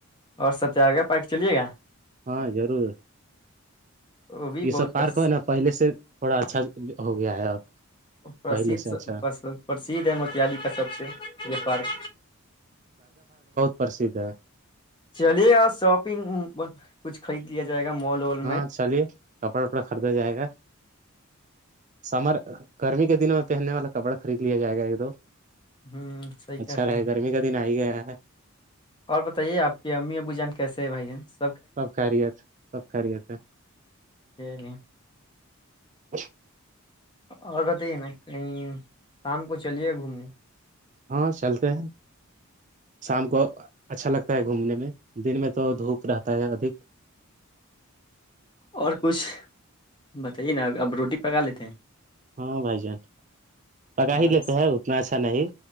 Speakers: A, on the left; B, on the right.
A: اور ستیاگراہ پائک چلیے گا
B: ہاں ضرور
A: وہ بھی
B: یہ
A: بہت
B: سب پارک
A: پس
B: ہو نا پہلے سے تھوڑا اچھا ہو گیا ہے <inaudible>
A: پرھ
B: پہلے سے اچھا
A: پرسھ ہے موتیااریی کا سب سے یہ پارک
B: پرسھ ہے
A: چلیے آ شاپنگ کچھ خرید لیا جائے گا مال وال
B: ہاں
A: میں
B: چلیے کپڑا وپڑا خریدا جائے گا سمر گرمی کے دن میں پہننے والا کپڑا خرید لیا جائے گا ایک دو
A: ہوں صحیح
B: اچھا
A: کر
B: رہے
A: ہیں
B: گرمی کا دن آ ہی گیا ہے ا
A: اور بتائیے آ کی امی ابو جان کیسے ہے بائی چانس
B: سب کیت سب کاریت ہے
A: چلیے
B: <unintelligible>
A: اور بتے نا کہیں شام کو چلیے گھومنے
B: ہاں چلتے ہیں شام کو اچھا لگتا ہے گھومنے میں دن میں تو دھوپ رہتا ہے ادھک
A: اور کچھ بتائیے نا اب روٹی پکا لیتے ہیں
B: ہاں بھائی جان پکا
A: ہاں
B: ہی لیتے ہیں اتنا اچھا اچھا نہیں